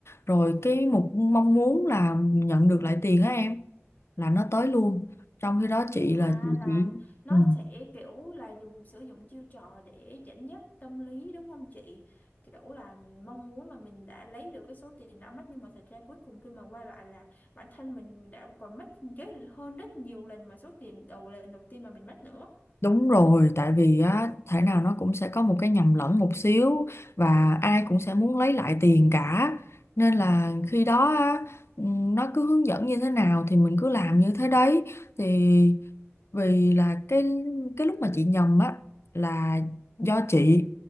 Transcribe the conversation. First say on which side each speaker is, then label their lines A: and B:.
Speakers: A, on the left; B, on the left.
A: rồi cái mục mong muốn là nhận được lại tiền á em là nó tới luôn trong khi đó chị là
B: À
A: chị
B: là
A: chỉ
B: nó
A: ừ,
B: sẽ kiểu là dùng sử dụng chiêu trò để dẫn dắt tâm lý đúng không chị? Kiểu là mong muốn là mình đã lấy được cái số tiền đã mất nhưng mà thật ra cuối cùng khi mà quay lại là bản thân mình đã còn mất ghế hơn rất nhiều lần mà số tiền đầu lần đầu tiên mà mình mất nữa.
A: đúng rồi tại vì á thể nào nó cũng sẽ có một cái nhầm lẫn một xíu và ai cũng sẽ muốn lấy lại tiền cả nên là khi đó á, ừ, nó cứ hướng dẫn như thế nào thì mình cứ làm như thế đấy thì vì là cái cái lúc mà chị nhầm á là do chị